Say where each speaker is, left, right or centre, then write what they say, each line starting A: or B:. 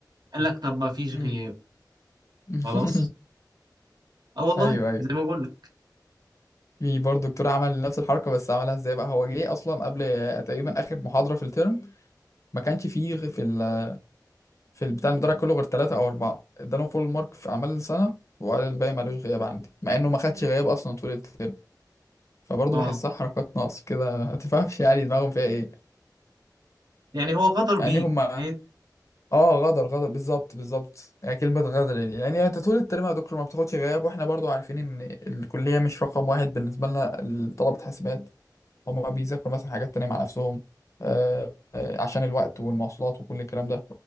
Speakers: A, on the right; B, on the left.
A: قال لك طب ما فيش
B: مم.
A: غياب
B: <laughs>
A: خلاص اه والله
B: ايوه ايوه
A: زي ما بقول لك
B: في برضه دكتور عمل نفس الحركه بس عملها ازاي بقى هو جه اصلا قبل تقريبا اخر محاضره في الترم ما كانش فيه غ- في ال... في بتاع المدرج كله غير ثلاثه او اربعه ادالهم فول مارك في اعمال السنه وقال الباقي مالوش غياب عندي مع انه ما خدش غياب اصلا طول الترم فبرضه
A: اه
B: بحسها حركات ناقص كده ما تفهمش يعني دماغهم فيها ايه
A: يعني هو غدر بيك
B: يعني هما
A: يعني
B: اه غدر غدر بالظبط بالظبط يعني كلمة غدر دي يعني انت طول الترم يا دكتور ما بتاخدش غياب واحنا برضو عارفين ان الكلية مش رقم واحد بالنسبة لنا طلبة حاسبات هما بيذاكروا مثلا حاجات تانية مع نفسهم آه آه عشان الوقت والمواصلات وكل الكلام ده